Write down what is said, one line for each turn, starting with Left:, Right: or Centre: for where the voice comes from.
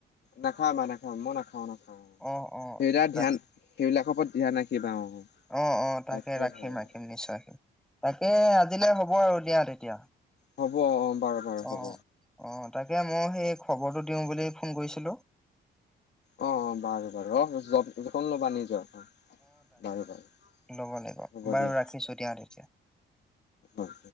Left: নাখাওঁ মই নাখাওঁ, মই নাখাওঁ নাখাওঁ
Centre: অ অ
Left: সেইবিলাক
Centre: তাকে
Left: ধ্যান সেইবিলাকৰ ওপৰত ধ্যান ৰাখিবা অ,
Centre: অ অ
Left: তাকে
Centre: ৰাখিম
Left: সে আৰু।
Centre: ৰাখিম নিশ্চয় ৰাখিম তাকে আজিলে হ'ব আৰু দিয়া তেতিয়া।
Left: হ'ব অ, অ বাৰু বাৰু
Centre: অ
Left: হ'ব।
Centre: অ তাকে মই সেই খবৰটো দিওঁ বুলি ফোন কৰিছিলোঁ।
Left: অ অ, বাৰু বাৰু অ যত্ন ল'বা নিজৰ অ বাৰু বু
Centre: ল'ব লাগিব
Left: হ'ব
Centre: বাৰু
Left: দিয়া
Centre: ৰাখিছো দিয়া তেতিয়া
Left: অ।